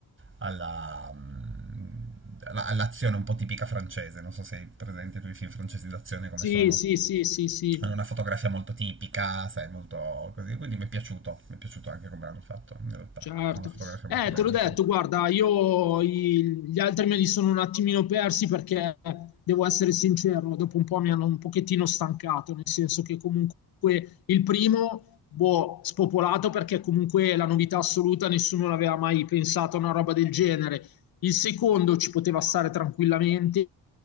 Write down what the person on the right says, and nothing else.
alla, mm, alla- all'azione un po' tipica francese. Non so se hai presente tu i film francesi d'azione come
sono.
Hanno una fotografia molto tipica, sai, molto così. Quindi mi è piaciuto, mi è piaciuto anche come l'hanno fatto in realtà.
Ha una fotografia molto
bella
il
quarto.